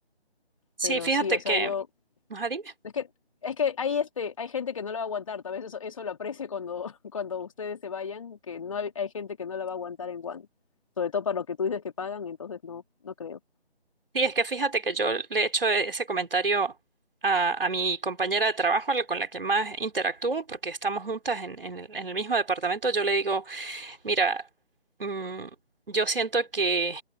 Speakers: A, on the right; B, on the left.
A: Sí,
B: Pero
A: fíjate
B: sí, o sea,
A: que...
B: yo,
A: Ajá, dime.
B: es que, es que hay, este, hay gente que no la va a aguantar. Tal vez eso, eso lo aprecie cuando, <laughs> cuando ustedes se vayan, que no hay, hay gente que no la va a aguantar en Juan. Sobre todo para lo que tú dices que pagan, entonces no, no creo.
A: Sí, es que fíjate que yo le he hecho e- ese comentario a, a mi compañera de trabajo, la- con la que más interactúo, porque estamos juntas en, en el, en el mismo departamento. Yo le digo, mira, mm, yo siento que,